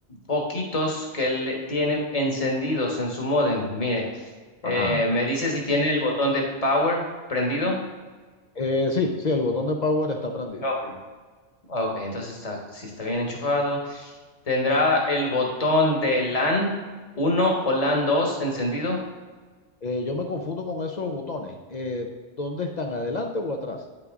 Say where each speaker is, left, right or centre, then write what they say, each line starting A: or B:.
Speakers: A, on the left; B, on the left.
A: poquitos que le tiene encendidos en su módem. Mire, eh,
B: Ajá.
A: me dice si tiene el botón de power prendido.
B: Eh, sí, sí, el botón de power está prendido.
A: Ok. Ok, entonces está, si está bien enchufado. ¿Tendrá el botón de LAN uno o LAN 2 encendido?
B: Eh, yo me confundo con esos botones. Eh, ¿dónde están? ¿Adelante o atrás?